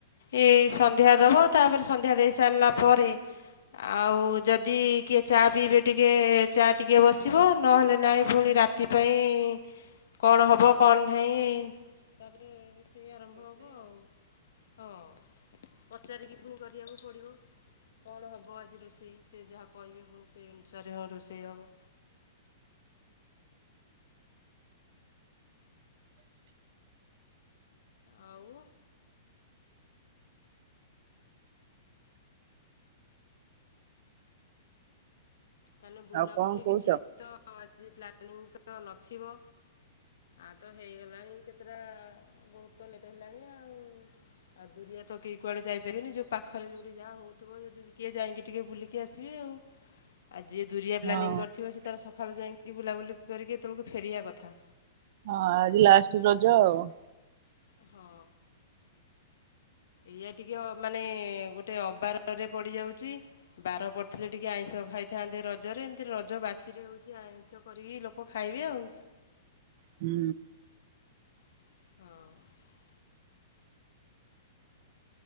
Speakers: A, on the left; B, on the right.
A: ଏ ସନ୍ଧ୍ୟା ଦେବ ତାପରେ ସନ୍ଧ୍ୟା ଦେଇ ସାରିଲା ପରେ ଆଉ ଯଦି କିଏ ଚା ପିଇବେ ଟିକଏ ଚା ଟିକଏ ବସି ଯିବ ନହେଲେ ନାଇଁ ପୁଣି ରାତି। ସେଥିପାଇଁ କଣ ହେବ କଣ ନାଇଁ ତାପରେ ସେଇ ଆରମ୍ଭ ହବ ଆଉ। ହଁ ପଚାରିକି ପୁଣି କରିବାକୁ ପଡିବ କଣ ହବ ଆଜି ରୋଷେଇ ସେ ଯାହା କହିବେ ପୁଣି ସେଇ ଅନୁସାରେ ହଁ ରୋଷେଇ ହବ। ଆଉ ତାହେଲେ ବୁଲାବୁଲି
B: ଆଉ କଣ କହୁଛ?
A: କିଛି ତ ଆଜି ପ୍ଲାନିଂ ତ ନଥିବ ଆ ତ ହେଇଗଲାଣି କେତେଟା ବହୁତ ଲେଟ୍ ହେଲାଣି ଆଉ ଆଉ ଦୁରିଆ ତ କିହି କୁଆଡ଼େ ଯାଇପାରିବିନି ଯୋଉ ପାଖରେ ଯୋଉଠି ଯାହା ହଉଥିବ ଯଦି କିଏ ଯାଇକି ଟିକେ ବୁଲିକି ଆସିବେ ଆଉ। ଆଜିିଏ ଦୁରିଆ
B: ହଁ
A: ପ୍ଲାନିଂ କରିଥିବ ସେ ତାେ ସକାଳୁ ଯାଇକି ବୁଲାବୁଲି କରିକି ତଳକୁ ଫେରିବା କଥା।
B: ହଁ ଆଜି ଲାଷ୍ଟ ରଜ ଆଉ।
A: ହଁ ଏଇଆ ଟିକେ ମାନେ ଗୋଟେ ଅବାରରେ ପଡିଯାଉଛି ବାର ପଡିଥିଲେ ଟିକେ ଆଇଁଷ ଖାଇଥାନ୍ତେ ରଜରେ ଏମିତି ରଜ ବାସିରେ ହଉଛି ଆଇଁଷ କରିକି ଲୋକ ଖାଇବେ ଆଉ।
B: ହୁଁ।
A: ହଁ।